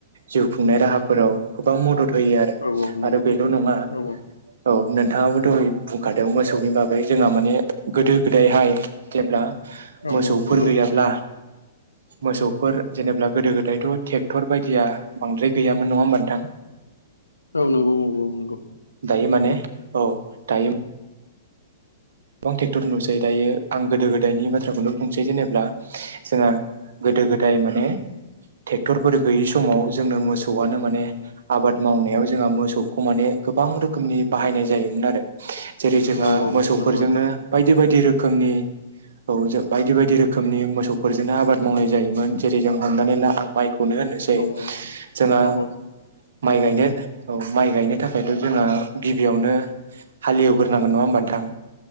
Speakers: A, on the right; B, on the left.
A: जिउ खुंनाय राहाफोराव गोबां मदद। होयो आरो
B: औ औ नंगौ
A: आरो बेल' नङा
B: औ औ
A: औ नोंथाङाबो दहाय बुंखाद मोसौनि बागै जोंहा माने गोदो गोदायहाय जेब्ला
B: औ
A: मोसौफोर
B: नंगौ
A: गैयाब्ला मोसौफोर जेनेबा गोदो गोदायथ' ट्रेक्टर बायदिया बांद्राय गैयामोन नङा होमबा नोथां।
B: औ नंगौ नंगौ नंगौ।
A: दायो माने औ दायो। गोबां ट्रेक्टर नुसै दायो आं गोदो गोदायनि बाथ्राखौनो बुंसै जेनेब्ला। जोंहा गोदो गोदाय माने। ट्रेक्टरफोर गैयि समाव जोंनो मोसौआनो माने आबाद मावनायाव जोंहा मोसौखौ माने गोबां। गोबां रोखोमनि बाहायनाय जायोमोन आरो जेरै जोंहा
B: औ औ
A: मोसौफोरजोंनो
B: नंगौ नोंथां
A: बायदि बायदि रोखोम रोखोमनि औ बायदि बायदि रोखोमनि मोसौफोरजोंनो आबाद मावनाय जायोमोन। जेरै जों हमनानै ला आं माइखौनो होननोसै
B: औ
A: जोंहा
B: औ
A: माइ गायनो औ माइ गायनो थाखायथ' जोंहा गिबियावनो हालेवग्रोनांगोन नङा होमबा नोंथां